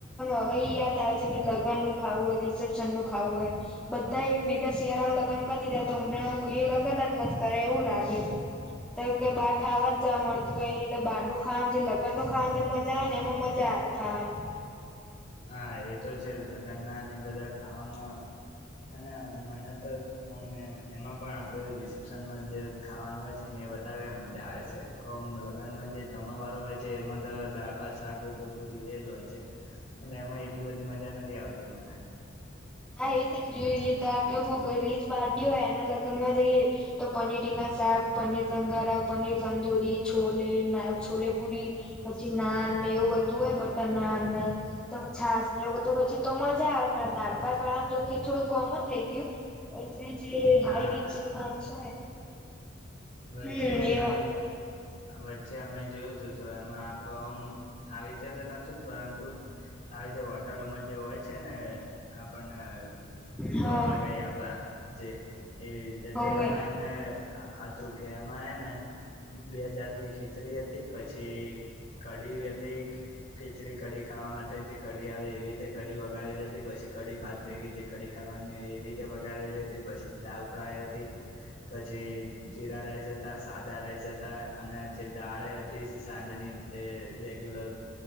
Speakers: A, in the centre; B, on the left.
A: હવે ઈ યાદ આવે છે કે લગ્ન નું ખાવું હોય રિસેપ્શન નું ખાવું હોય બધા એક ભેગા શિયાળામાં લગન કરી દીધા તો ઉનાળામાં કોઈ એ લગન જ ન કરે એવું લાગેલું <inaudible> તો કે બહાર ખાવા જ જવા મળતું હો એટલે બહાર ન ખવા જે લગ્નનું ખાવાનું જે મજા આવે ને એમાં મજા આવે ખાવાની <inaudible>
B: હા એ તો છે લગ્ન ના એ બધા ખાવામાં અને મને તો ઓમે એમાં પણ આપડે રિસેપ્શનમાં જ ખાવાનું હોય છે ને વધારે મજા આવે છે‌ અ લગ્નમાં જે જમણ વારો હોય છે એમાં તો દાળભાત શાક રોટલી એજ હોય છે એટલે એમાં એટલી બધી મજા નથી આવતી મને
A: હા એ છે કોકો રીચ પાર્ટી હોય એના લગ્નમાં જઈએ તો પનીર ટીકા સાપ પનીર કંગારા પનીર તંદુરી છોલે ના છોલેપુરી પછી ના એવું બધું હોય બટર નાન ને તો છાસ ને એવું બધું પછી તો મજા આવે પણ દાળ પાત વાળામાં જોકે થોડું કોમન થઈ ગયું એટલે જે
B: હા
A: હાઈ રીચ માણસો હોય
B: વચ્ચે
A: હમ એ
B: અમે વચ્ચે અમે જોયું તું તો એમાં આપડો આમ આવી રીતે તો નતું જ પરંતુ આવી રીતે હોટલોમાં જે હોય છે ને આપણને
A: હા
B: કોટ લગાય આપે જે એવી રીતે
A: હવે
B: તો એમાં એમને હતું કે એમાં એ ને બે જાત ની ખીચડી હતી પછી કડી હતી ખીચડી કઢી ખાવા માટે જે કડી આવે એવી રીતે કડી વ વગારેલી હતી પછી કડી ભાત ભેગી જે કઢી ખાવાની હોય એવી વગારેલી હતી પછી દાલ ફ્રાય હતી પછી જીરા રાઈસ હતા સાદા રાઈસ હતા અને જે દાળે સાંજની જે રેગ્યુલર